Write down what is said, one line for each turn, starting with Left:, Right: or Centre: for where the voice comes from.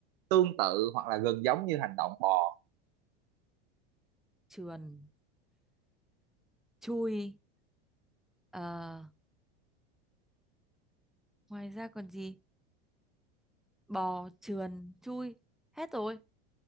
Right: tương tự hoặc là gần giống như hành động bò
Centre: trườn chui Ờ, ngoài ra còn gì bò trườn chui hết rồi